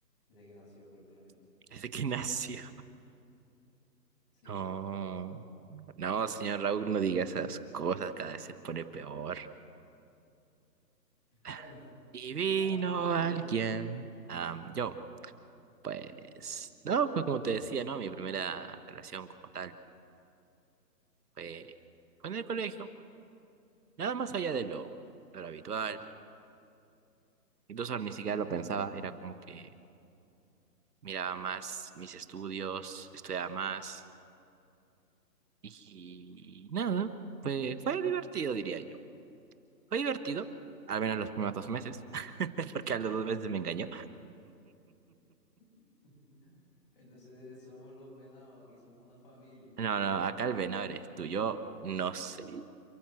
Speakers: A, on the left; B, on the right.
A: desde que nació prácticamente.
B: <laughs> desde que nació.
A: Sí,
B: No,
A: prácticamente.
B: no, señor Raúl, no diga esas cosas, cada vez se pone peor. <laughs>
A: Bueno,
B: Y vino
A: ahora cuéntame
B: alguien.
A: tú.
B: Am, yo, pues,
A: Sí.
B: no, pues como te decía, ¿no? Mi primera relación como tal fue, fue en el colegio, nada más allá de lo, de lo habitual. Incluso ni siquiera lo pensaba, era como que miraba más mis estudios, estudiaba más y nada, fue, fue divertido, diría yo. Fue divertido, al menos los primeros dos meses, <laughs> porque a los dos meses me engañó.
A: <laughs> Entonces somos los venados, aquí somos una familia.
B: No, no, acá el venado eres tú, yo no sé.